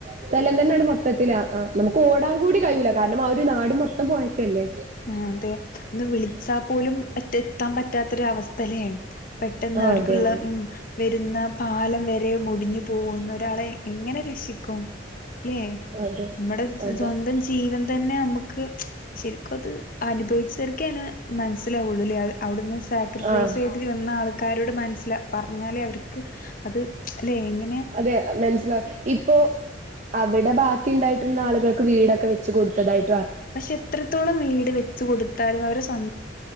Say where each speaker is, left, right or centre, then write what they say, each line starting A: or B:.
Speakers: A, on the right; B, on the left.
A: സ്ഥലന്തന്നട് മ ത്തത്തില നമുക്ക് ഓടാൻ കൂടി കയ്യൂല്ല കാര്ണം ആ ഒരു നാട് മൊത്തം പൊയ് ക്കെല്ലേ
B: ആഹ് അതെ ന്ന് വിളിച്ചാ പോലും എത്ത് എത്താം പറ്റാത്തൊരവസ്ഥ ലേ പെട്ടെന്ന്
A: ആ
B: അവ്ട്ക്കുള്ള
A: അതെ അതെ
B: ഉം വെരുന്ന പാലം വരെ മുടിഞ്ഞു പോവുന്ന് ഒരാളെ എങ്ങനെ രക്ഷിക്കും അല്ലേ
A: അതെ
B: നമ്മുടെ
A: അതെ
B: സ്വന്തം ജീവൻ തന്നെ നമ്മ്ക്ക് ശരി ക്കത് അനുഭവിച്ചര്ക്കെന് മൻസ്സിലാവൊള്ളൂ ലേ അ അവ്ടുന്ന് സാക്രിഫൈസെയ്
A: ആഹ്
B: വന്നാൾകാരോട് മൻസ്സിലാ പർഞ്ഞാലേ അവര്ക്ക് അത് ലെ എങ്ങെ
A: അതെ മൻസ്സില ഇപ്പോ അവിടെ ബാക്കിണ്ടായ്ട്ടിര്ന്നാള്കൾക്ക് വീടക്കെ വെച്ച് കൊട്ത്തതായ്
B: പഷെ എത്രെത്തോളം വീട് വെച്ച് കൊടുത്താലും അവരെ സ